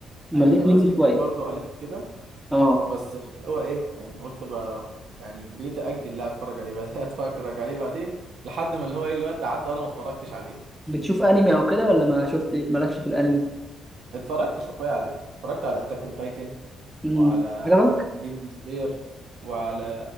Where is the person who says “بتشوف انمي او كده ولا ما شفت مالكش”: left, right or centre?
Centre